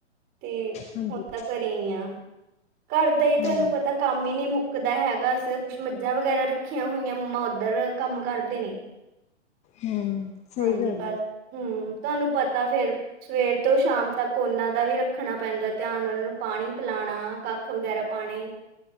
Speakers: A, on the right; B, on the left.
A: 'ਤੇ
B: ਹਾਂਜੀ
A: ਹੁਣ ਤਾਂ ਘਰੇ ਈ ਆ। ਘਰ ਦਾਈ
B: ਹਾਂ
A: ਤੁਹਾਨੂੰ ਪਤਾ ਕੰਮ ਈ ਨੀ ਮੁੱਕਦਾ ਹੈਗਾ। ਅਸੀਂ ਕੁਸ਼ ਮੱਝਾਂ ਵਗੈਰਾ ਰੱਖੀਆਂ ਹੋਈਆਂ। ਮੰਮਾ ਉੱਧਰ ਕੰਮ ਕਰਦੇ ਨੇ
B: ਹੂੰ ਸਹੀ
A: ਹਾਂਜੀ
B: ਗੱਲ
A: ਬਸ
B: ਆ!
A: ਹੂੰ ਤੁਹਾਨੂੰ ਪਤਾ ਫਿਰ ਸਵੇਰ ਤੋਂ ਸ਼ਾਮ ਤੱਕ ਉਹਨਾਂ ਦਾ ਵੀ ਰੱਖਣਾ ਪੈਂਦਾ! ਧਿਆਨ ਉਹਨਾਂ ਨੂੰ ਪਾਣੀ ਪਿਲਾਉਣਾ ਕੱਖ ਵਗੈਰਾ ਪਾਉਣੇ।